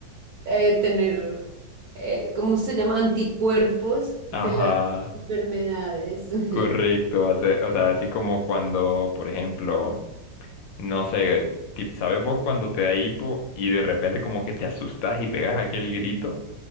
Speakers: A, on the right; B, on the left.
A: eh, tener, eh, ¿cómo se llama? Anticuerpos
B: Ajá,
A: de las enfermedades. <laughs>
B: correcto. O sea, o sea, así como cuando, por ejemplo, no sé, tip- ¿sabes vos cuando te da hipo y de repente como que te asustas y pegas aquel grito?